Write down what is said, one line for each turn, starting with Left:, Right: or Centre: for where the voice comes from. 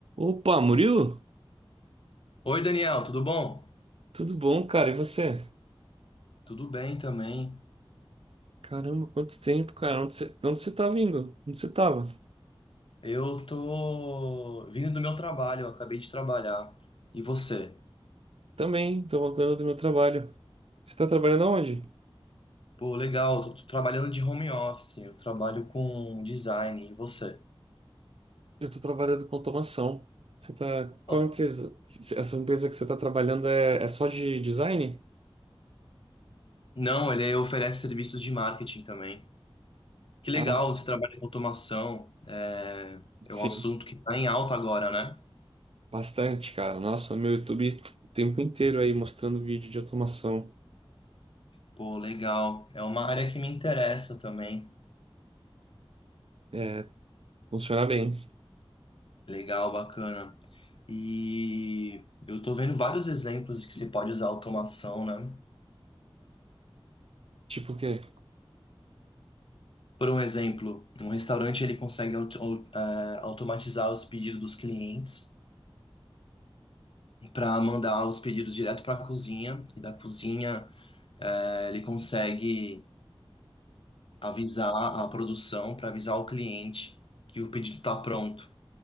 Right: Opa, Murilo?
Left: Oi, Daniel, tudo bom?
Right: Tudo bom, cara? E você?
Left: Tudo bem também.
Right: Caramba, quanto tempo, cara? Onde você, onde você tá vindo? Onde você tava?
Left: Eu tô vindo do meu trabalho, eu acabei de trabalhar. E você?
Right: Também, tô voltando do meu trabalho. Você tá trabalhando aonde?
Left: Pô, legal, tô, tô trabalhando de home office, eu trabalho com design. E você?
Right: Eu tô trabalhando com automação. Você tá... Qual
Left: Ó,
Right: empresa? Essa empresa que você tá trabalhando é, é só de design?
Left: Não, ele oferece serviços de marketing também. Que legal,
Right: Ah,
Left: você trabalha com automação. É, é
Right: sim.
Left: um assunto que tá em alta agora, né?
Right: Bastante, cara. Nossa, meu YouTube o tempo inteiro aí mostrando vídeo de automação.
Left: Pô, legal. É uma área que me interessa também.
Right: É, funciona bem.
Left: Legal, bacana. E eu tô vendo vários exemplos que se pode usar automação, né?
Right: Tipo o quê?
Left: Por um exemplo, um restaurante ele consegue auto- au- eh, automatizar os pedidos dos clientes para mandar os pedidos direto para a cozinha e da cozinha eh, ele consegue avisar a produção para avisar o cliente que o pedido está pronto.